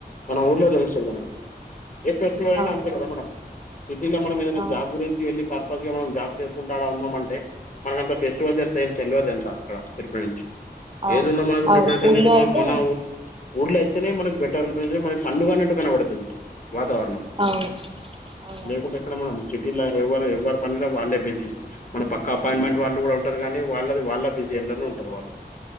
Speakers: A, on the left; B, on the right.
A: మన ఊర్లో తెలుస్తుంది మేడం ఏ ఫెస్టివల్ అయినా
B: అవునవును
A: అంతే కదా మేడం సిటీలో మనం ఏదైనా
B: అవును
A: జాబ్ గురించి వెళ్ళి పర్పస్ గా మనం జాబ్ చేసుకుంటా ఆడ ఉన్నాంమంటే మనకంత ఫెస్టివల్స్ ఎంత ఏం తెలియదు ఎంత అక్కడ తిరుప నుంచి
B: అవును
A: ఏది ఉన్నా మనకు ప్రిఫరెన్స్
B: అవును
A: అనేది
B: ఊళ్ళో
A: మ
B: అయితే
A: మన ఊర్ ఊర్ల అయితేనే మనకు బెటర్ ఉంటది మనకి పండుగ అన్నట్టు కనబడుతది వాతావరణం
B: అవును అవునవును
A: లేకుంటే ఎక్కడ మేడం సిటీలా ఎవరు ఎవ్వరు పనిలో వాళ్ళే బిజి మనం పక్క అపాయింట్మెంట్ వాళ్ళు కూడా ఉంటారు కానీ వాళ్ళది వాళ్ళ బిజీ ఏండ్లనో ఉంటారు వాళ్ళు